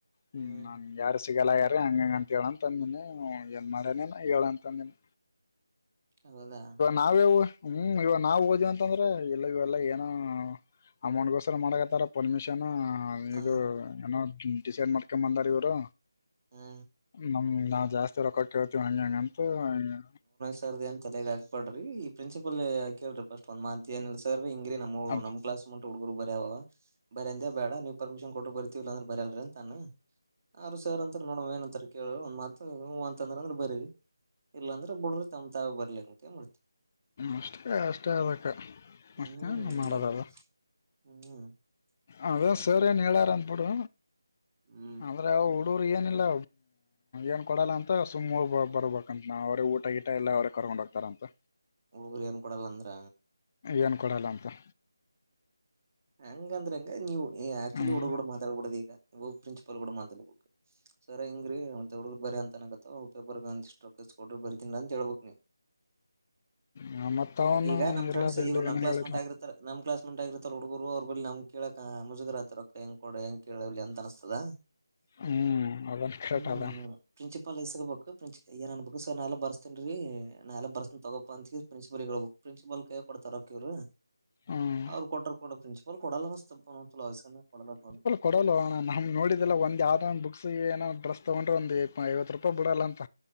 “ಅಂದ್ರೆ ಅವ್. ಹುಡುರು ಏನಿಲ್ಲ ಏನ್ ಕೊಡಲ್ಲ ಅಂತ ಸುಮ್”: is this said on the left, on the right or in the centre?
Left